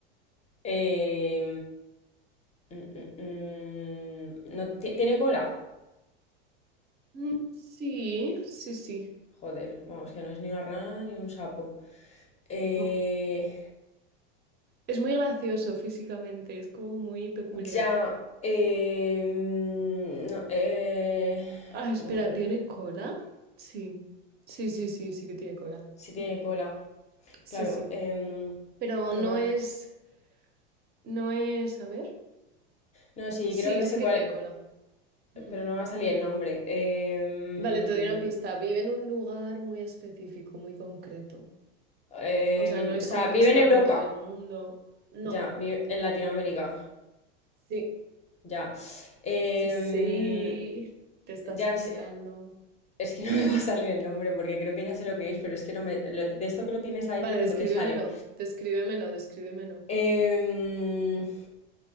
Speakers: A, on the left; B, on the right.
A: Eh, mm, mm, mm, no, ti- ¿tiene cola?
B: Mm, Sí, sí, sí.
A: Joder, vamos, que no es ni una rana ni un sapo. Eh,
B: No. Es muy gracioso físicamente, es como muy peculiar.
A: ya, eh, no, eh,
B: Ah, espera,
A: ojo,
B: ¿tiene cola? Sí. Sí, sí, sí, sí que tiene cola.
A: si tiene
B: Mm,
A: cola.
B: Sí,
A: Claro,
B: sí.
A: em,
B: Pero
A: no,
B: no
A: va-
B: es, no es, a ver.
A: no, sí,
B: Sí,
A: creo que
B: sí
A: sé
B: que
A: cuál,
B: tiene cola. Mm.
A: pero no va a salir el nombre. Em,
B: Vale, te doy una pista. Vive en un lugar muy específico, muy concreto.
A: em,
B: O sea, no es
A: o sea,
B: como
A: vive
B: que está
A: en Europa,
B: por todo el mundo. No.
A: ya, vive en Latinoamérica.
B: Sí.
A: Ya. Em,
B: Sí, sí, te estás
A: ya
B: acercando.
A: sé- es que <laughs> no me va a salir el nombre porque creo que ya sé lo que es, pero es que no me. lo- de esto que lo tienes ahí,
B: Vale,
A: pero
B: descríbemelo,
A: no te sale.
B: descríbemelo, descríbemelo.
A: Em,